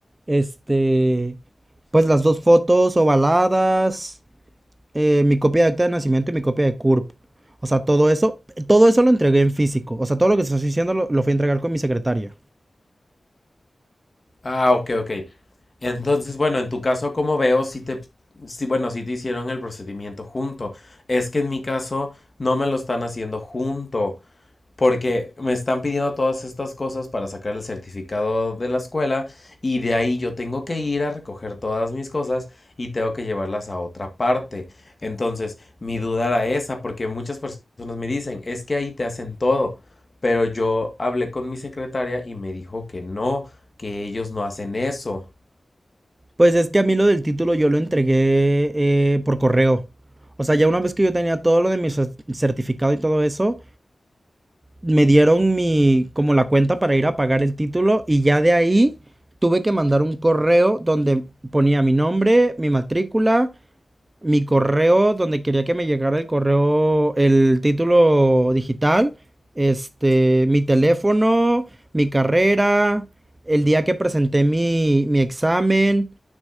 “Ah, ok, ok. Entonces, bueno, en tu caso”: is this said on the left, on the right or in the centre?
Left